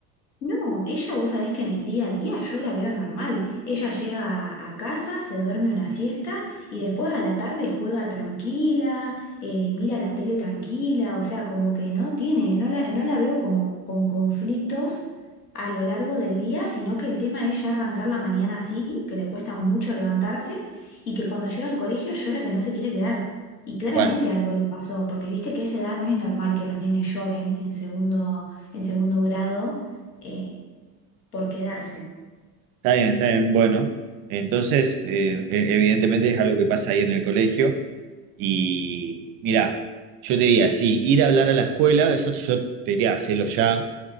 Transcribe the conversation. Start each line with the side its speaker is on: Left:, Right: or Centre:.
Left: No, ella vos sabés que en el día a día yo la veo normal. Ella llega a casa, se duerme una siesta y después a la tarde juega tranquila, eh, mira la tele tranquila, o sea, como que no tiene, no la, no la veo como con conflictos a lo largo del día, sino que el tema es ya arrancar la mañana así, que le cuesta mucho levantarse y que cuando llega al colegio llora que no se quiere quedar. Y claramente
Right: Bueno,
Left: algo le pasó, porque viste que a esa edad no es normal que los nenes lloren en segundo, en segundo grado eh, por quedarse.
Right: está bien, está bien, bueno. Entonces, eh, e- evidentemente es algo que pasa ahí en el colegio. Y mira, yo te diría, sí, ir a hablar a la escuela, eso yo te diría, hacelo ya,